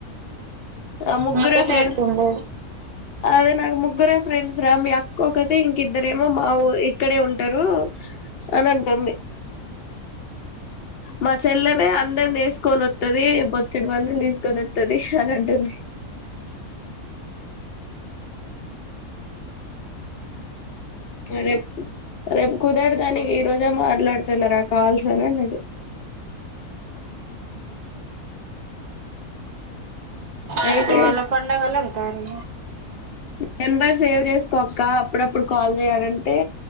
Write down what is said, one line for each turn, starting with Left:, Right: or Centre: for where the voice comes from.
Left: ఆ ముగ్గురే
Right: మకట
Left: ఫ్రెండ్స్
Right: ఎకుండ
Left: అదే నాకు ముగ్గురే ఫ్రెండ్స్ రా మీ అక్క ఒకతే ఇంకిద్దరేమో మా ఊరు ఇక్కడే ఉంట అంటారు అని అంటుంది మా చెల్లనే అందరు నేసుకొని వత్తది బొచ్చడి మందిని తీసుకొని వత్తది అని అంటుంది రేప్ రేపు కుదరదని ఈ రోజే మాట్లాడుతున్నార కావాల్సన అనేది అయితేరే
Right: రేపు వాళ్ళ పండగలు ఉంటారు
Left: మెంబర్ సేవ్ చేస్ ఒక్క అప్పుడప్పుడు కాల్ చేయాలంటే